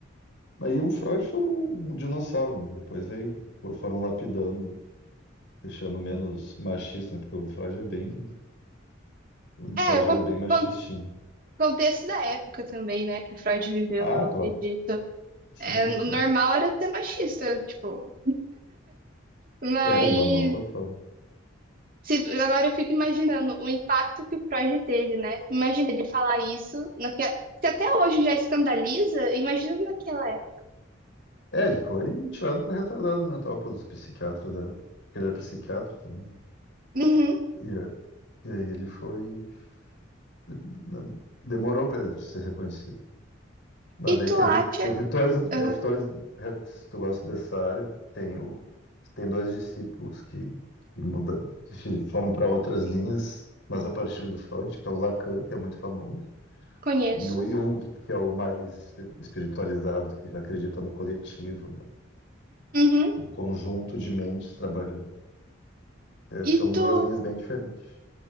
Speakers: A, on the left; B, on the right.
A: Mas aí o Freud foi um, um dinossauro, né? Depois veio, foram lapidando, deixando menos machista, né? Porque o Freud é bem, o
B: É,
A: Freud
B: o con-
A: era bem machistinho.
B: con- contexto da época também, né, que o Freud viveu,
A: Ah,
B: eu acredito.
A: claro. Sim,
B: É, o
A: sim.
B: normal era ser machista, tipo, mas
A: É o normal total.
B: se- agora eu fico imaginando o impacto que o Freud teve, né? Imagina ele falar isso, naque- se até hoje já escandaliza, imagina naquela época.
A: É, ele foi tirado para retardado mental pelos psiquiatras da. Ele era psiquiatra também.
B: Uhum.
A: né? E, a- e aí ele foi. né, Demorou para ser reconhecido. Mas
B: E
A: daí
B: tu
A: teve,
B: acha...
A: teve dois, teve
B: Uhum,
A: dois. é, Se tu gosta dessa área, tem, o, tem dois discípulos que, que, muda, que fi- foram para outras linhas, mas a partir do Freud, que é o Lacan, que é muito famoso,
B: conheço.
A: e o Jung, que é o mais espi- espiritualizado, que já acredita no coletivo, né?
B: Uhum.
A: no conjunto de mentes trabalhando. É, são
B: E tu...
A: duas linhas bem diferentes.